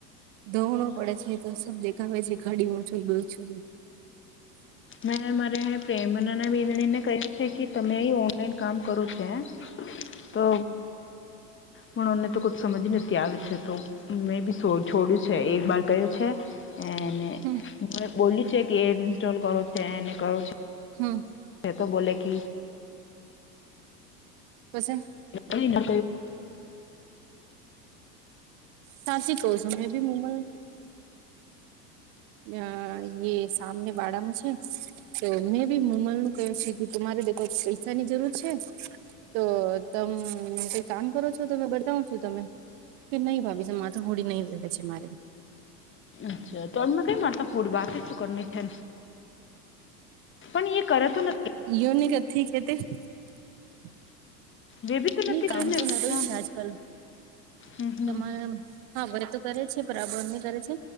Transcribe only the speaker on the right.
ધોવણું પડે છે તો સ દેખાવે છે ઘડી છું બછું.
હમ <inaudible>
હમ
હમ.
કશે.
સાચી કું છું મેં બી મોમ અ સામને બાડાામાં છે, તો મેં બી મમલ નું કહ્યું છે ગી રે દખો પૈસાની જરૂર છે, તો તમ ક કામ કરો છો તમે બતાવ છું તમે, કે નહીં ભાવી છે માથું હોડી નહીં વવે છે મારે.
યો ન કરે તે. હમ <inaudible>
ન કામ
તો ના રય
છે આજકાલ,
તમારે હા ભ એ તો કરે છે બરાબર નહી કરે છે.